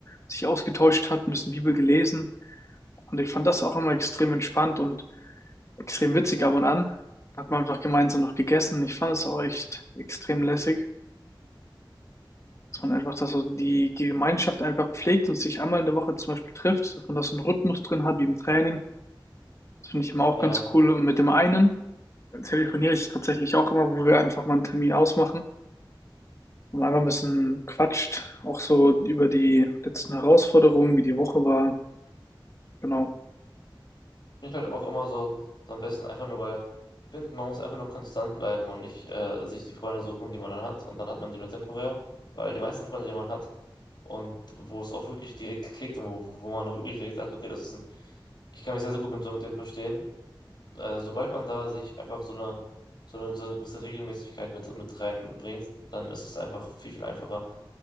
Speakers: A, on the left (about 35°); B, on the left (about 55°).
A: sich ausgetauscht hat, ein bisschen Bibel gelesen. Und ich fand das auch immer extrem entspannt und extrem witzig ab und an. Da Hat man einfach gemeinsam noch gegessen. Ich fand es auch echt extrem lässig, dass man einfach, dass so die Gemeinschaft einfach pflegt und sich einmal in der Woche zum Beispiel trifft, dass man das einen Rhythmus drin hat, wie im Training das finde ich immer auch
B: Ja,
A: ganz cool. Und mit dem einen telefoniere ich tatsächlich auch immer, wo wir einfach mal einen Termin ausmachen und einfach ein bisschen quatscht. Auch so über die letzten Herausforderungen, wie die Woche war. Genau.
B: finde ich halt auch immer so, so am besten, einfach nur, weil ich finde, man muss einfach nur konstant bleiben und nicht äh, sich die Freunde suchen, die man dann hat und dann hat man die nur temporär, weil die meisten Freunde, die man hat und wo es auch wirklich direkt klickt und wo, wo man auch wirklich direkt sagt, okay, das ist ein, ich kann mich sehr, sehr gut mit so mit dem verstehen äh, sobald man da sich einfach so eine, so eine, so eine gewisse Regelmäßigkeit mit, mit reinbringt, dann ist es einfach viel, viel einfacher,